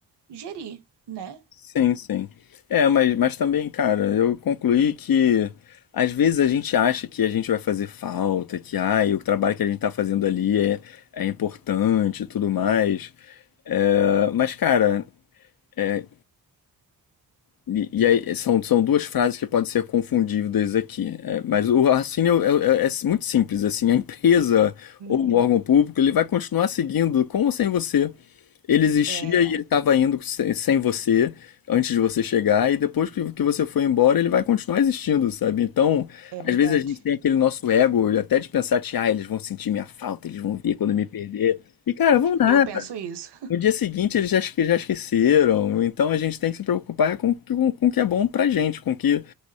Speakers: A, on the right (about 65°); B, on the left (about 55°).
A: gerir, né?
B: Sim, sim. É, mas, mas também, cara, eu concluí que às vezes a gente acha que a gente vai fazer falta, que ai, o trabalho que a gente tá fazendo ali é, é importante e tudo mais. É, mas, cara, é, e, e aí, são, são duas frases que podem ser confundidas aqui. É, mas o raciocínio é, é- é muito simples, assim, a empresa
A: Uhum.
B: ou o órgão público, ele vai continuar seguindo com ou sem você ele existia
A: É,
B: e ele estava indo se- sem você antes de você chegar, e depois que que você foi embora, ele vai continuar existindo, sabe? Então,
A: é
B: às
A: verdade.
B: vezes a gente tem aquele nosso ego, até de pensar, que, ah, eles vão sentir minha falta, eles vão vir quando me perder. E, cara, vão nada.
A: Eu penso isso.
B: No dia seguinte eles já, esque- já esqueceram. Então a gente tem que se preocupar com, o que- com, com o que é bom pra gente, com o que